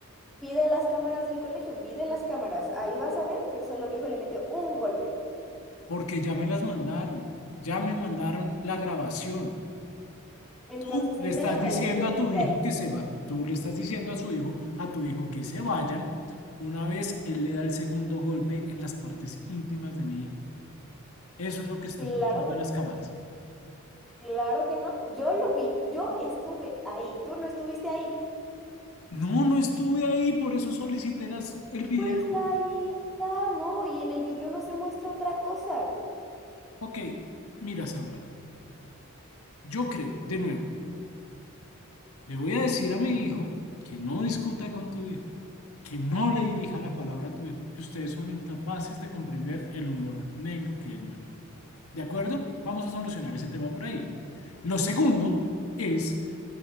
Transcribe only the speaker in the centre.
Pide las cámaras del colegio, pide las cámaras, ahí vas a ver que solo mi hijo le metió un golpe.
Entonces,
enséñamelas,
yo estuve
ahí.
Claro
que
no,
claro que no, yo lo vi, yo estuve ahí, tú no estuviste ahí.
Pues ahí está, no, y en el video no se muestra otra cosa.